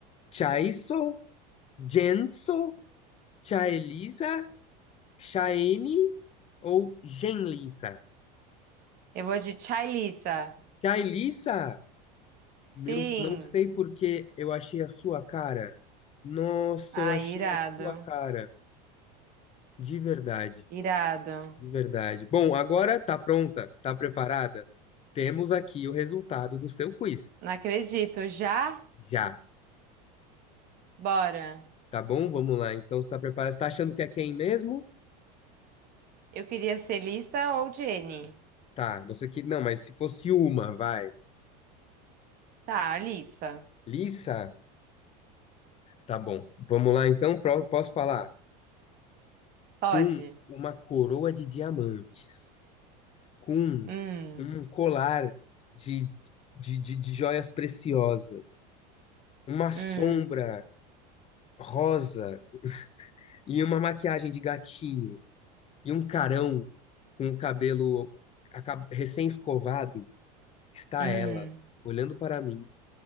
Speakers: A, on the left; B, on the right.
A: Chaiso, Jenso, Chaelisa, Chaene ou Genlissa?
B: Eu vou de Tchailissa.
A: Jailissa,
B: Sim.
A: meu, não sei porque eu achei a sua cara. Nossa,
B: Ah,
A: eu achei
B: irado.
A: a sua cara. De verdade,
B: Irado.
A: de verdade. Bom, agora tá pronta? Tá preparada? Temos aqui o resultado do seu quiz.
B: Não acredito. Já?
A: Já,
B: Bora.
A: tá bom? Vamos lá. Então, você tá preparada? Você tá achando que é quem mesmo?
B: Eu queria ser Lissa ou Jenny.
A: Tá, você que... Não, mas se fosse uma, vai.
B: Tá, Lissa.
A: Lissa? Tá bom. Vamos lá, então. Pro- Posso falar?
B: Pode.
A: com uma coroa de diamantes, com
B: Hum,
A: um colar de, de, de, de joias preciosas, uma sombra
B: hum,
A: rosa e uma maquiagem de gatinho, e um carão com o cabelo aca- recém-escovado, está
B: hum.
A: ela, olhando para mim,